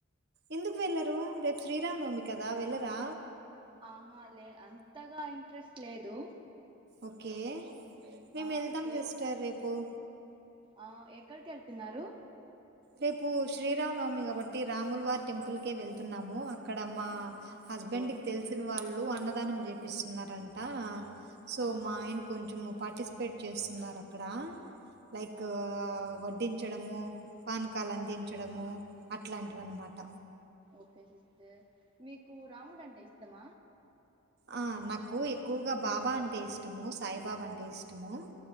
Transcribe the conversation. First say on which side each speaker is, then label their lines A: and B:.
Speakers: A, on the right; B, on the right.
A: ఎందుకు వెళ్లరు, రేపు శ్రీరామ నవమి కదా వెళ్లరా!
B: ఆహా లే, అంతగా ఇం ఇంట్రెస్ట్ లేదు,
A: ఓకే మేము
B: ఆ
A: వెళ్తాం
B: దేవుతం
A: సిస్టర్ రేపు
B: ఆ ఎక్కడికి వెళ్తున్నారు.
A: రేపు శ్రీరామ నవమి కాబట్టి రాములువారి టెంపుల్కే వెళ్తున్నాము, అక్కడ మా హస్బెండ్
B: ఓ
A: కి తెలిసిన వాళ్ళు, అన్నదానం చేపిస్తున్నారంట, సో
B: ఆ
A: మా
B: ఆ
A: ఆయన కొంచెం పాటి, పర్టిసిపేట్ చేస్తున్నారు, అక్కడ లైక్
B: ఆ,
A: వడ్డీన్ పంచ్చడము, పానకాలు అందించడము, అట్లాంటివి అన్నమాట,
B: ఓకే సిస్ మీకు రాముడు అంటే ఇష్టమ
A: ఆ నాకు ఎక్కువగా బాబా అంటే ఇష్టము సాయిబాబా అంటే ఇష్టము,